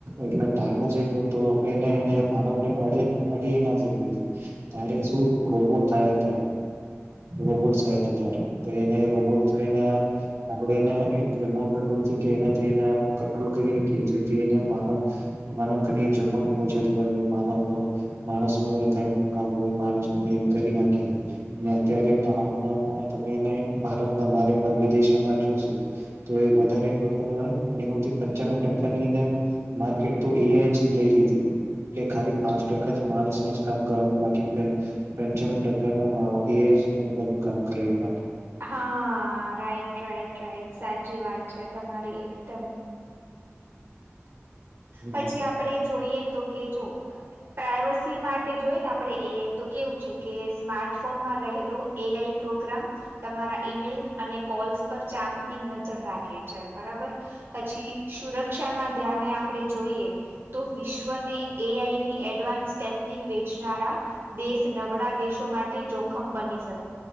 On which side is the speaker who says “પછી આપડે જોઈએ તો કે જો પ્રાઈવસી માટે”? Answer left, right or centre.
Right